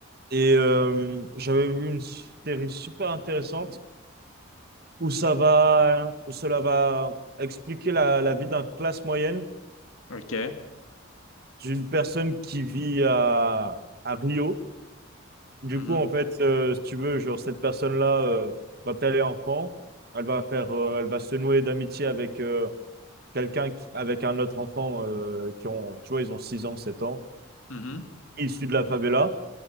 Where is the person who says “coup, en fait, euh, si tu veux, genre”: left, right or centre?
Right